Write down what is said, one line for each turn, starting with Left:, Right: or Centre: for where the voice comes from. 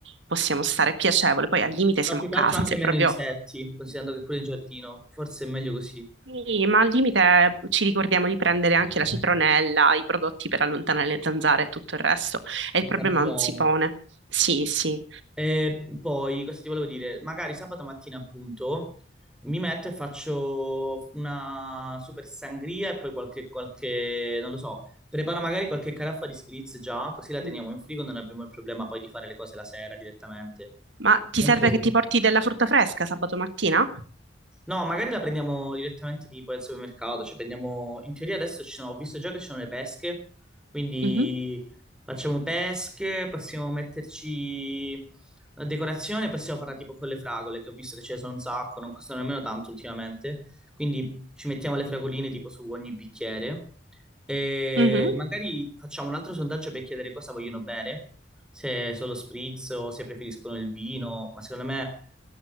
Right: possiamo stare piacevole. Poi al limite siamo
Centre: No, più
Right: a
Centre: che
Right: casa,
Centre: altro anche
Right: se
Centre: meno
Right: proprio
Centre: insetti, considerando che pure in giardino, forse è meglio così,
Right: Sì, ma al limite ci ricordiamo di prendere anche la citronella, i prodotti per allontanare le zanzare e tutto il resto, e
Centre: lo
Right: il problema
Centre: zampirone.
Right: non si pone. Sì, sì.
Centre: E poi, cosa ti volevo dire? Magari sabato mattina, appunto, mi metto e faccio una super sangria e poi qualche, qualche, non lo so, preparo magari qualche caraffa di spritz già, così la teniamo
Right: Mm.
Centre: in frigo, non abbiamo il problema poi di fare le cose la sera direttamente.
Right: Ma ti
Centre: Tanto...
Right: serve che ti porti della frutta fresca sabato mattina?
Centre: No, magari la prendiamo direttamente tipo al supermercato, cioè prendiamo, in teoria adesso ci sono, ho visto già che ci sono le pesche, quindi
Right: Mhm,
Centre: facciamo pesche, possiamo metterci la decorazione, possiamo farla tipo con le fragole, che ho visto che ce ne sono un sacco, non costano nemmeno tanto ultimamente, quindi ci mettiamo le fragoline tipo su ogni bicchiere e
Right: mhm.
Centre: magari facciamo un altro sondaggio per chiedere cosa vogliono bere, se solo spritz o se preferiscono il vino, ma secondo me...